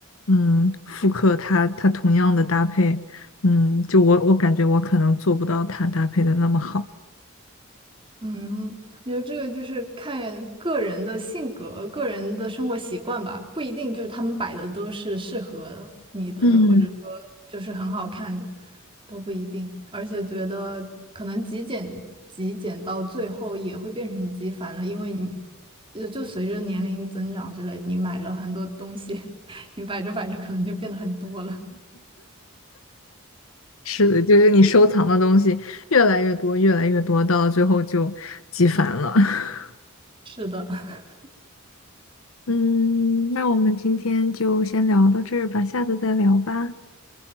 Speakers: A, on the left (about 70°); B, on the right (about 25°).
A: 嗯复刻它它同样的搭配，嗯，就我我感觉我可能做不到它搭配的那么好。
B: 嗯，我觉得这个就是看个人的性格、个人的生活习惯吧，不一定就是他们摆的都是适合你的，
A: 嗯，
B: 或者说
A: <laughs>
B: 就是很好看的，都不一定。而且觉得可能极简极简到最后也会变成极繁了，因为你呃就随着年龄增长之类的你买了很多东西，<laughs> 你摆着摆着可能就变得很多了。
A: 是的，就是你收藏的东西越来越多，越来越多，到最后就极烦了。<laughs>
B: 是的，<laughs>
A: 嗯，那我们今天就先聊到这儿吧，下次再聊吧。